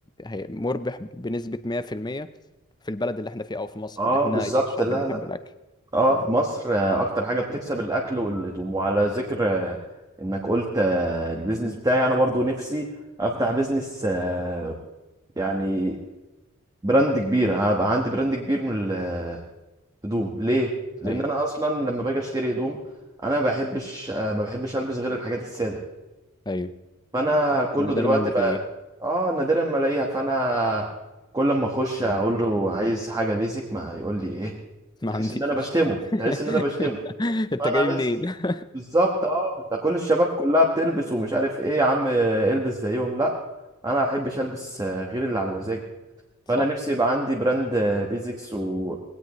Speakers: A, on the left; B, on the right.
A: هي- مربح بنسبه 100% في المية في البلد اللي احنا فيه او في مصر
B: اه
A: ان احنا
B: بالظبط
A: الشعب
B: لا
A: بيحب
B: لا
A: الاكل
B: اه
A: فاهم
B: في مصر آه، اكتر حاجه بتكسب الاكل والهدوم وعلى ذكر آه، انك قلت آه، البيزنس بتاعي انا برضو نفسي افتح بيزنس آه، يعني براند كبير هبقى عندي براند كبير من الهدوم ليه لان
A: ايوه
B: انا اصلا لما باجي اشتري هدوم انا ما بحبش آه، ما بحبش البس غير الحاجات الساده
A: ايوه
B: فانا كله
A: نادرا
B: دلوقتي
A: لما
B: بقى
A: تلاقيها
B: اه نادرا ما الاقيها فانا كل ما اخش اقول له عايز حاجه بيزك ما يقول لي ايه
A: ما
B: تحس
A: عنديش
B: ان انا بشتمه تحس ان انا بشتمه
A: <laughs> انت
B: فانا
A: جاي
B: عايز
A: منين <laughs>
B: بالظبط اه ده كل الشباب كلها بتلبس ومش عارف ايه يا عم آه، البس زيهم لا انا ما احبش البس آه، غير اللي على مزاجي
A: صح
B: فانا نفسي يبقى عندي براند آه، بيزكس و...